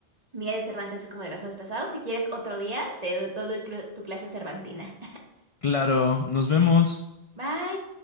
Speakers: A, on the right; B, on the left.
A: Miguel de Cervantes es como de los más pesados. Si quieres otro día, te doy todo tu clase cervantina.
B: Claro, nos vemos.
A: <laughs> Bye.